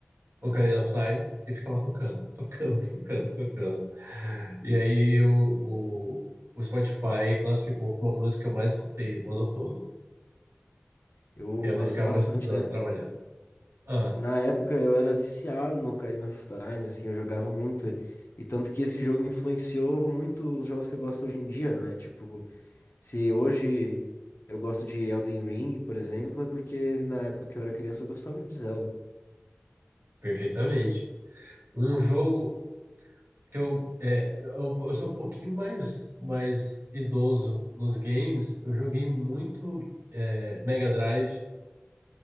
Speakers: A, on the right (about 85°); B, on the left (about 70°).
A: Ocarina of Time, e ficava tocando, tocando, <laughs> tocando, tocando. E aí o, o, o Spotify classificou como a música que eu mais escutei o ano todo.
B: Eu
A: Que aí
B: gosto
A: eu ficava
B: bastante
A: estudando, trabalhando. Ah,
B: Na época eu era viciado no Ocarina of Time, assim, eu jogava muito ele. E tanto que esse jogo influenciou muito os jogos que eu gosto hoje em dia, né? Tipo, se hoje eu gosto de Elden Ring, por exemplo, é porque na época que eu era criança eu gostava de Zelda.
A: perfeitamente. Um jogo, que eu, é, eu, eu sou um pouquinho mais, mais idoso nos games. Eu joguei muito é, Mega Drive.